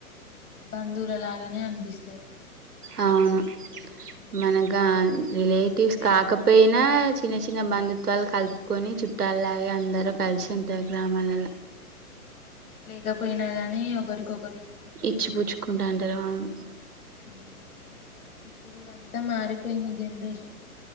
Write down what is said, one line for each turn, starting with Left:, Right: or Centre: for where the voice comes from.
Left: బంధువుల్లాగానే అనిపిస్తది.
Right: అవును.
Left: ఉమ్,
Right: మనగా,
Left: ఏదన్నా
Right: రిలేటివ్స్
Left: లేకపోయినా
Right: కాకపోయినా
Left: కానీ
Right: చిన్న చిన్న బంధుత్వాలు కలుపు. కొన్ని చుట్టాల్లాగే అందరూ కలిసి ఉంటార గ్రామాలల.
Left: ఇగ పోయినా గానీ, ఒకరి కొకరు. కుండలు
Right: ఇచ్చి
Left: సహాయం
Right: పుచ్చుకుంటా
Left: చేసుకుంటారు,
Right: అంటారు అవును
Left: హ్మ్మ్. ఇప్పుడు అంతా మారిపోయింది జనరేషన్.